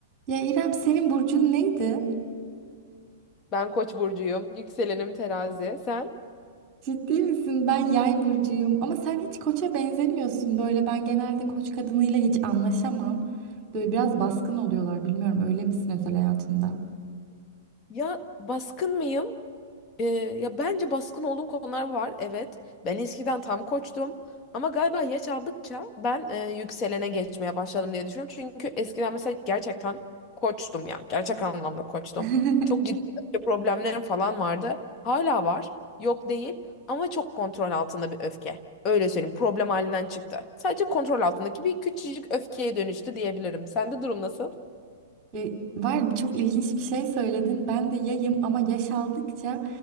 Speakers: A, on the right; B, on the left.
A: Ya İrem senin burcun neydi?
B: Ben Koç burcuyum. Yükselenim terazi. Sen?
A: Ciddi misin? Ben yay burcuyum. Ama sen hiç koça benzemiyorsun. Böyle ben genelde koç kadınıyla hiç anlaşamam. Böyle biraz baskın oluyorlar. Bilmiyorum öyle misin özel hayatında?
B: Ya baskın mıyım? Ee, ya bence baskın olduğum konular var. Evet. Ben eskiden tam koçtum. Ama galiba yaş aldıkça ben e, yükselene geçmeye başladım diye düşünüyorum. Çünkü eskiden mesela gerçekten koçtum ya. Gerçek anlamda koçtum.
A: <laughs>
B: Çok ciddi öfke problemlerim falan vardı. Hala var. Yok değil. Ama çok kontrol altında bir öfke. Öyle söyleyeyim. Problem halinden çıktı. Sadece kontrol altındaki bir küçücük öfkeye dönüştü diyebilirim. Sende durum nasıl?
A: E, var çok ilginç bir şey söyledin. Ben de yayım ama yaş aldıkça